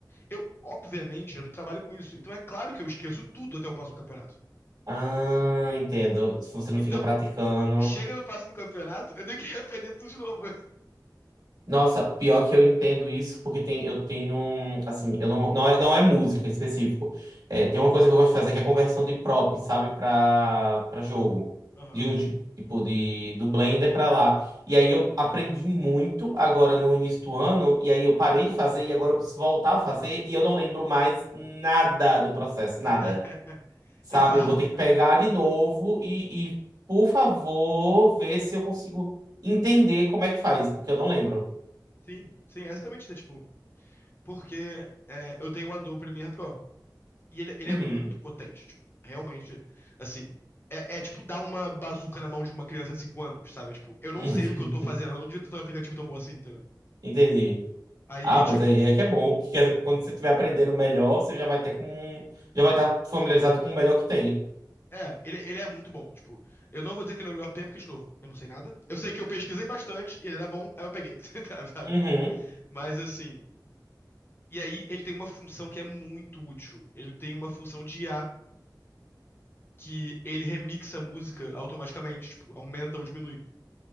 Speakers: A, on the left; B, on the right.
A: eu, obviamente, eu não trabalho com isso. Então é claro que eu esqueço tudo até o próximo campeonato.
B: Ah, entendo. Se você não
A: Então,
B: fica praticando.
A: chega no próximo campeonato, eu tenho que <laughs> aprender tudo de novo.
B: Nossa, pior que eu entendo isso, porque tem, eu tenho, um- assim, eu não, não é, não é música em específico. É, tem uma coisa que eu gosto de fazer que é conversão de prop, sabe, pra, pra jogo.
A: Aham.
B: De um, j- tipo, de, do Blender pra lá. E aí eu aprendi muito agora no início do ano, e aí eu parei de fazer, e agora eu preciso voltar a fazer, e eu não lembro mais nada do processo,
A: <laughs>
B: nada. Sabe,
A: Exato.
B: eu vou ter que pegar de novo e, e por favor, ver se eu consigo entender como é que faz, porque eu não lembro.
A: Sim, sim, é exatamente isso. É, tipo, porque é, eu tenho o Adobe Premiere Pro. E ele, ele
B: Uhum.
A: é muito potente, tipo, realmente, assim. É, é, tipo dar uma bazuca na mão de uma criança de 5 anos, sabe? É, tipo, eu
B: <laughs>
A: não sei o que eu tô fazendo, eu não devia ter um aplicativo tão bom assim, entendeu?
B: Entendi.
A: Aí,
B: Ah, mas
A: tipo,
B: aí é que é bom, que quer dizer que quando você estiver aprendendo melhor, você já vai ter com, já vai estar familiarizado com o melhor que tem.
A: é, ele, ele é muito bom. Tipo, eu não vou dizer que ele é o melhor que tem, porque, de novo, eu não sei nada. Eu sei que eu pesquisei bastante, e ele era bom, aí eu peguei, <laughs> sabe?
B: Uhum.
A: Mas assim. E aí, ele tem uma função que é muito útil. Ele tem uma função de I a que ele remixa a música automaticamente, tipo, aumenta ou diminui.